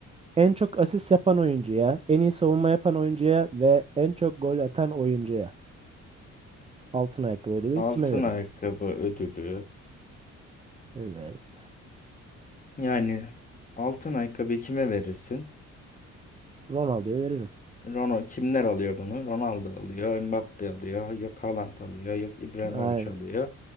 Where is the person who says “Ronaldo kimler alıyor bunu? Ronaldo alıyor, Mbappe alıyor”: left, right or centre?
Left